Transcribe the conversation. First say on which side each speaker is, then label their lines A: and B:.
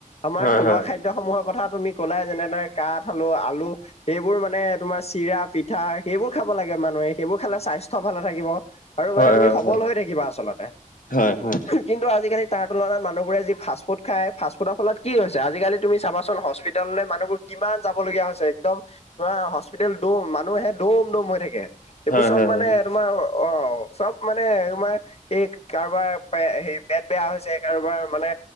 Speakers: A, on the left; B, on the left.
A: আমাৰ
B: হয়
A: থলুৱা
B: হয়
A: খাদ্যসমূহৰ কথা তুমি ক'লাই যেনে কাঠ আলু, আলু, সেইবোৰ মানে তোমাৰ চিৰা, পিঠা, সেইবোৰ খাব লাগে মানুহে, সেইবোৰ খালে স্বা -বাস্থ্য ভালে থাকিব। আৰু
B: হয়
A: মানে তুমি
B: হয়
A: সবল
B: হয়
A: হৈ থাকিবা আচলতে।
B: হয় হয়
A: কিন্তু আজি-কালি তাৰ তুলনাত মানুহবোৰে যি ফাষ্ট-ফুড খায়, ফাষ্ট-ফুডৰ ফলত কি হৈছে, আজি-কালি তুমি চাবাচোন, হস্পিতাললৈ মানুহবোৰ কিমান যাব লগীয়া হৈছে, একদম পোৰা, হস্পিতাল দোম, মানুহহে দোম দোম হৈ থাকে। এইবোৰ
B: হয়
A: চব
B: হয় হয়
A: মানে তোমাৰ, অ চব মানে তোমাৰ এই কাৰো বাৰ এই পেট বেয়া হৈছে, কাৰোবাৰ মানে